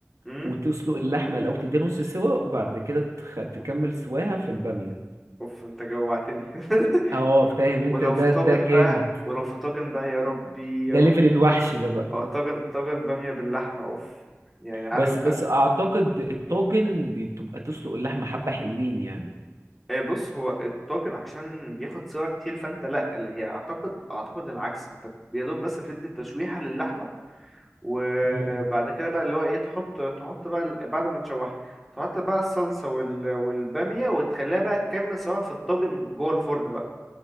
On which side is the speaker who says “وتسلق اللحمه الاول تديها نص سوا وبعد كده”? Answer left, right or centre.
Right